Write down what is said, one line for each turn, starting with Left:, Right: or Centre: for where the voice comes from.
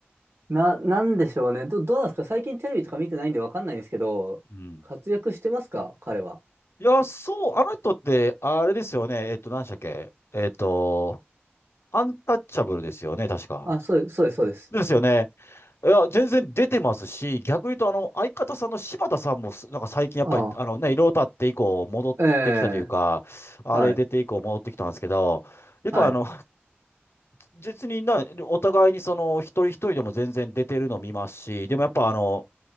Right: な、なんでしょうね。ど、どうなんですか最近テレビとか見てないんでわかんないんですけど、
Left: うん。
Right: 活躍してますか彼は。
Left: いや、そう、あの人って、あれですよね。えっと、何でしたっけえっと、アンタッチャブルですよね、確か。
Right: あ、そうです、そうです、そうです。
Left: ですよね。いや、全然出てますし、逆に言うと、あの、相方さんの柴田さんもす、なんか最近やっぱり、
Right: あ
Left: あのね、いろいろ経って以降、戻ってきたというか、
Right: あ、ええ、
Left: あれ出て以降戻ってきたんですけど、
Right: はい、
Left: やっぱあの、
Right: はい、
Left: 別にな、お互いにその、一人一人でも全然出てるの見ますし、でもやっぱあの、